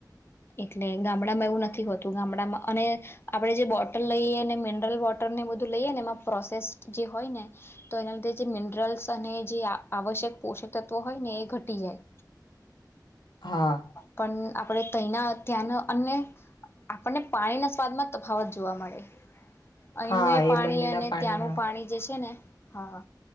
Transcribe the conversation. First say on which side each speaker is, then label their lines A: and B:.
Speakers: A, on the left (about 35°); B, on the left (about 85°).
A: એટલે ગામડામાં એવું નથી હોતું ગામડામાં અને, આપણે જે બોટલ લઈએ ને મિનરલ વોટર ને બધું લઈએ ને એમાં પ્રોસેસ જે હોય ને, તો એના લીધે જે મિનરલ્સ અને જે આવશ્યક પોષક તત્વો હોય ને એ ઘટી જાય.
B: હા,
A: પણ આપણે તઈના ત્યાંના, અને આપણને પાણીના સ્વાદમાં તફાવત જોવા મળે. અહીંનું
B: હા,
A: એ પાણી
B: બંનેના
A: અને
B: પાણીમાં
A: ત્યાંનું પાણી જે છે ને હા.